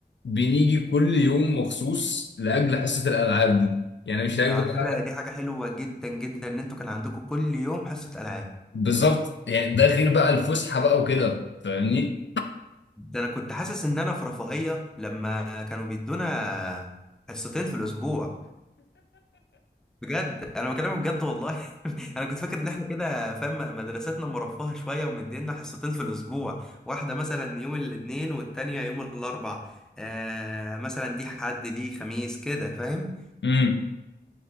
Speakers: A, on the left (about 85°); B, in the centre.
A: بنيجي كل يوم مخصوص لاجل حصه الالعاب دي يعني مش لاجل
B: ده على فكرة
A: بقى
B: هي دي حاجة حلوة جدا جدا ان انتوا كان عندكم كل يوم حصة ألعاب
A: بالظبط يعني ده غير بقى الفسحه بقى وكده فاهمني
B: ده انا كنت حاسس ان انا في رفاهية لما كانوا بيدونا حصتين في الاسبوع بجد انا بكلمك بجد والله <laughs> انا كنت فاكر ان احنا كده فاهم مدرستنا مرفهة شوية ومدينا حصتين في الاسبوع واحدة مثلا يوم الاثنين والتانية يوم الاربع آه مثلا دي حد دي خميس كده فاهم
A: امم